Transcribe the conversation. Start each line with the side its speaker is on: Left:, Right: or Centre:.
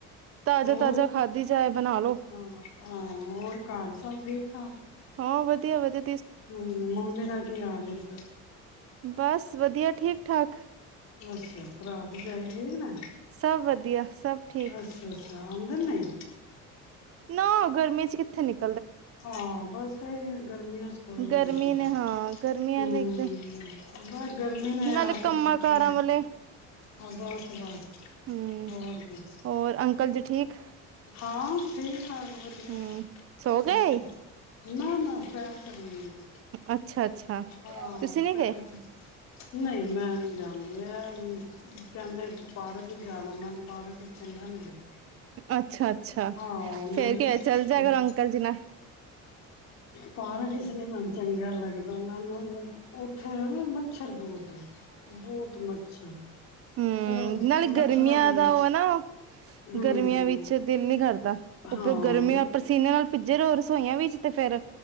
Right: ਤਾਜ਼ਾ-ਤਾਜ਼ਾ
Left: ਹੋਰ
Right: ਖਾਧੀ ਜਾਏ। ਬਣਾ ਲੋ
Left: ਹਾਂ, ਹਾਂ ਹੋਰ ਘਰ ਸਬ ਠੀਕ ਠਾਕ।
Right: ਹਾਂ ਵਧੀਆ, ਵਧੀਆ।
Left: ਹੂੰ, ਮੰਮੀ ਦਾ ਕੀ ਹਾਲ ਓਧਰ?
Right: ਬੱਸ ਵਧੀਆ, ਠੀਕ ਠਾਕ।
Left: ਅੱਛਾ, ਭਰਾ-ਭਰਜਾਈ ਠੀਕ ਨੇ,
Right: ਸਭ ਵਧੀਆ ਸਭ ਠੀਕ
Left: ਅੱਛਾ ਅੱਛ ਆਂਦਾ ਨਹੀਂ।
Right: ਨਾ ਗਰਮੀ ਚ ਕਿਥੇ ਨਿਕ
Left: ਹਾਂ ਬੱਸ ਏਈਓ ਗਰਮੀਆਂ ਚ ਕੋਈ
Right: ਗਰਮੀ
Left: ਨੀ ਨਿਕਲਦਾ,
Right: ਨੇ ਹਾਂ ਗਰਮੀਆਂ
Left: ਹੂੰ।
Right: ਨੇ ਇੱਕ
Left: ਬੱਸ ਗਰਮੀ ਨੇ
Right: ਨਾਲੇ
Left: ਅੱਤ
Right: ਕੰਮਾਂ
Left: ਚੁਕੀ
Right: ਕਾਰਾਂ
Left: ਏ
Right: ਵਾਲੇ
Left: ਹਾਂ ਬੱਸ ਬੱਸ
Right: ਹੂੰ
Left: ਹੋਰ ਕੇ।
Right: ਹੋਰ ਅੰਕਲ ਜੀ ਠੀਕ
Left: ਹਾਂ ਠੀਕ। ਸਬ ਵਧੀਆ
Right: ਹੂੰ ਸੋ
Left: ਹੋਰ।
Right: ਗਏ
Left: ਨਾ ਨਾ ਸੈਰ ਕਰਨ ਨਹੀਂ ਗਈ,
Right: ਅੱਛਾ ਅੱਛਾ
Left: ਹਾਂ
Right: ਤੁਸੀਂ ਨੀ
Left: ਸੈਰ
Right: ਗਏ
Left: ਕਰ ਨਹੀਂ ਮੈਂ ਨੀ ਜਾਂਦੀ ਐ ਕਹਿੰਦੇ ਪਾਰਕ ਜਾਣਾ ਨਾਲ ਪਾਰਕ ਚ ਚੰਗਾ ਨਹੀ ਲੱਗਦਾ।
Right: ਅੱਛਾ। ਅੱਛਾ
Left: ਆਹ ਮੈਨੂੰ
Right: ਫੇਰ ਕਿ
Left: ਨਹੀਂ
Right: ਹੋਇਆ, ਚੱਲ ਜਾਇਆ ਕਰੋ ਅੰਕਲ ਜੀ ਨਾਲ।
Left: ਪਾਰਕ ਇਸ ਨੀ ਮੈਨੂੰ ਚੰਗਾ ਲੱਗਦਾ। ਨਾ, ਨਾ, ਨਾ, ਮੈਨੂੰ ਉੱਥੇ ਮੱਛਰ ਬੋਤ। ਬੋਤ ਮੱਛਰ
Right: ਹੁੰ,
Left: ਮਤਲਬ
Right: ਨਾਲੇ
Left: ਮੱਛਰਾਂ
Right: ਗਰਮੀਆਂ
Left: ਦੇ
Right: ਦਾ
Left: ਵਿੱਚ
Right: ਉਹ ਏ ਨਾ ਉਹ,
Left: ਹਮ
Right: ਗਰਮੀਆਂ ਵਿੱਚ ਦਿਲ ਨੀ ਕਰਦਾ। ਉੱਪਰੋਂ
Left: ਹਾਂ
Right: ਗਰਮੀਆਂ
Left: ਮ
Right: ਪਸੀਨੇ ਨਾਲ ਭਿੱਜੇ ਰਹੋ ਰਸੋਈਆਂ ਵਿੱਚ ਤੇ ਫੇਰ